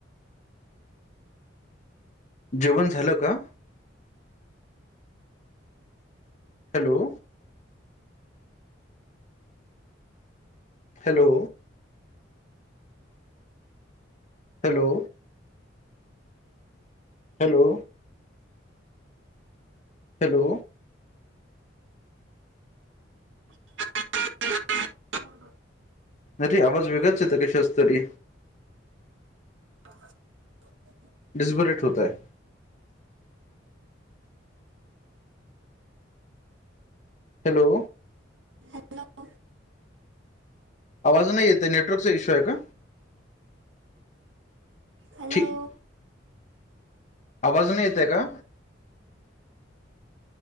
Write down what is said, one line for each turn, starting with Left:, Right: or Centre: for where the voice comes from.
Left: जेवण झालं का? Hello? Hello? Hello. Hello. Hello.
Right: <unintelligible>
Left: अरे आवाज वेगळाच येत कशाचा तरी
Right: <unintelligible>
Left: डिझबरेट होताय. हॅलो.
Right: हॅलो.
Left: आवाज नाही येत नेटवर्कचा इश्यू आहे का?
Right: हॅलो.
Left: ठीक आवाज नाही येते का?